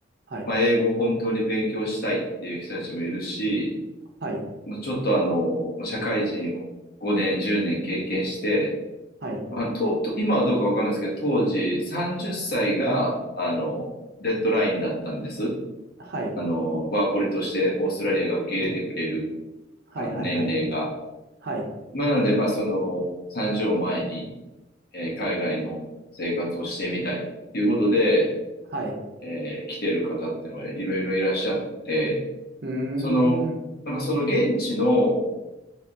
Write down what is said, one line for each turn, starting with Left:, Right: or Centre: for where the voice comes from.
Right: はい、
Left: まあ、英語を本当に勉強したいっていう人たちもいるし、
Right: はい、
Left: もうちょっとあの、まあ社会人を5年、10年経験して、
Right: はい、
Left: まあ、と、と今はどうかわかんないですけど、当時30歳が、あの、デッドラインだったんです。
Right: はい、
Left: あの、ワーホリとしてオーストラリアが受け入れてくれる、
Right: はい、
Left: あの、
Right: はい、
Left: 年齢が。
Right: はい、はい、
Left: まあ、なので、まあ、その、30を前に、えー海外の生活をしてみたいっていうことで、
Right: はい、
Left: えー来てる方ってのがいろいろいらっしゃって、
Right: うー
Left: その、
Right: ん、
Left: なんかその現地の、